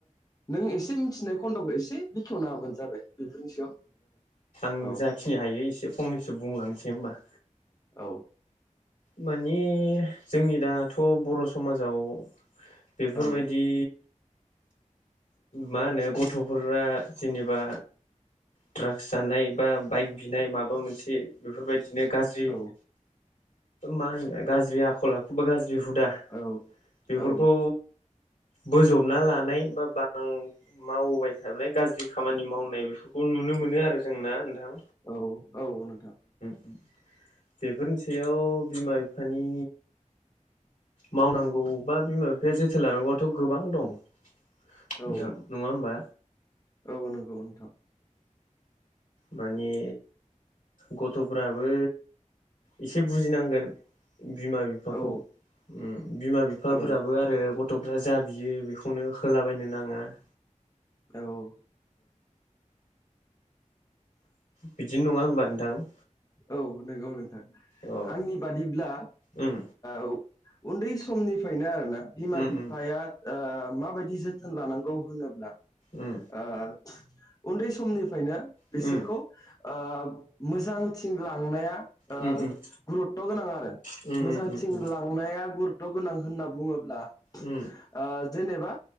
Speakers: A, on the left (about 30°); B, on the left (about 80°).
A: नों एसे मिथिनाय खन्द'खौ एसे खेवना होबानो जाबाय बेफोरनि सायाव
B: उम
A: औ
B: जाखिनि हायो एसे फंनैसो बुंलांनोसै होमबा
A: औ
B: मानि जोंनि दाथ' बर' समाजाव बेफोरबायदि
A: औ
B: मा होनो गथ'फोरा जेनेबा द्रागस जानाय बा बाइक बिनाय माबा मोनसे बेफोरबायदिनो गाज्रि
A: औ
B: मा होनगोन गाज्रि आखल आखु बा गाज्रि हुदा
A: औ
B: बेफोरखौ
A: औ
B: बोजबना लानाय बा बां मावबाय थाबाय गाज्रि खामानि मावनाय बे फोरखौ नुनो मोनो आरो जों ना नोंथां
A: औ औ नोंथां
B: बेफोरनि सायाव बिमा बिफानि मावनांगौ बा बिमा बिफाया जोथोन लानांगौआथ' गोबां दं नोंथां
A: औ
B: नङा होमबा
A: औ नंगौ नोंथां
B: माने गथ'फ्राबो एसे बुजिनांगोन बिमा बिफाखौ
A: औ
B: उम बिमा बिफाफोराबो
A: औ
B: आरो गथ' गथ'फ्रा जा बियो बेखौनो होलाबायनो नाङा <inaudible> <unintelligible>
A: औ
B: बिदिनो नङा होमबा नोंथां
A: औ नंगौ नोंथां
B: अ
A: आंनि बादिब्ला
B: उम
A: ओ उन्दै समनिफ्रायनो आरोना बिमा
B: उम
A: बिफाया
B: उम
A: ओ माबायदि जोथोन लानांगौ होनोब्ला
B: उम
A: ओ उन्दै समनि फ्रयनो बिसोरखौ
B: उम
A: ओ मोजांथिं लांनाया ओ
B: उम
A: गुरुत्त गोनां आरो
B: उम उम
A: मोजांथिं
B: उम
A: लांनाया गुरुत्त' गोनां होनना बुङो ओ
B: उम
A: जेनेबा